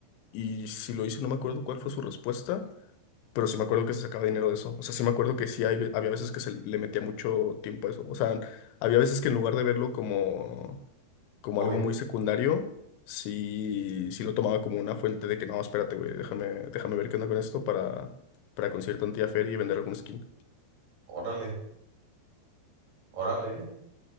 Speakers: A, on the left; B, on the right.
A: y si lo hice no me acuerdo cuál fue su respuesta, pero sí me acuerdo que se sacaba dinero de eso. O sea, sí me acuerdo que sí hay ve- había veces que se le metía mucho tiempo a eso. O sea, había veces que en lugar de verlo como, como
B: Hobby.
A: algo muy secundario, sí, sí lo tomaba como una fuente de que no, espérate, güey, déjame, déjame ver qué onda con esto para, para conseguir tantía feria y vender algún skin.
B: Órale, órale, ¿eh?